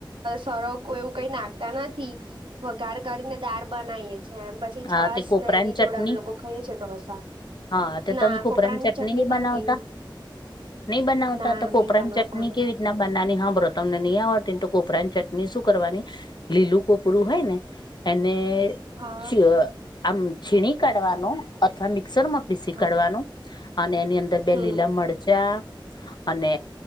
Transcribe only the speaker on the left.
હા
તે કોપરાની
ચટણી
હા તે
તમે
બનાવતા
નહી બનાવતા
તો કોપરાની
ચટણી
કેવી... બનાની હાભરો તમને નહીં આવડતીને કોપરાની ચટણી શું કરવાની... લીલું કોપરું હોય ને એને...
છ આમ છીણી કાઢવાનું અથવા મિક્સરમાં પીસી
કાઢવાનું. અને એની અંદર બે
લીલા મરચા... અને